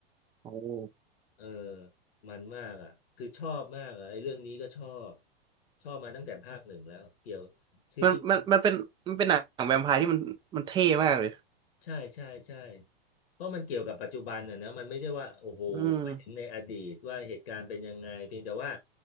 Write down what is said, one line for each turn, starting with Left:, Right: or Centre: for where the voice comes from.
Right: โอ้
Left: เออมันมากอ่ะคือชอบมากอ่ะไอ้เรื่องนี้ก็ชอบชอบมาตั้งแต่ภาคหนึ่งแล้วเกี่ยวคือจริง
Right: มันมันมันเป็นมันเป็นหนังแวมไพร์ที่มันมันเท่มากเลย
Left: ใช่ใช่ใช่เพราะมันเกี่ยวกับปัจจุบันน่ะนะมันไม่ใช่ว่าโอ้โหไปถึงในอดีตว่าเหตุการณ์เป็นยังไงเพียงแต่ว่า
Right: อืม